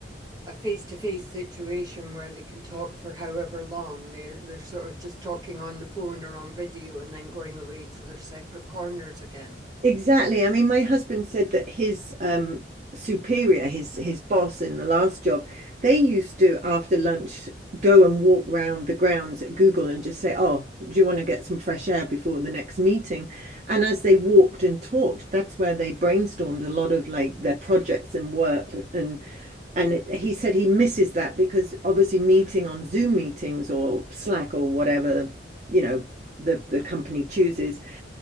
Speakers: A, on the right; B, on the right.
A: a face-to-face situation where they can talk for however long. They're they're sort of just talking on the phone or on video and then going away to their separate corners again.
B: Exactly. I mean, my husband said that his um, superior, his his boss in the last job, they used to, after lunch, go and walk round the grounds at Google and just say, "Oh, do you want to get some fresh air before the next meeting?" And as they walked and talked, that's where they brainstormed a lot of like their projects and work and and it, he said he misses that because obviously meeting on Zoom meetings or Slack or whatever, you know, the the company chooses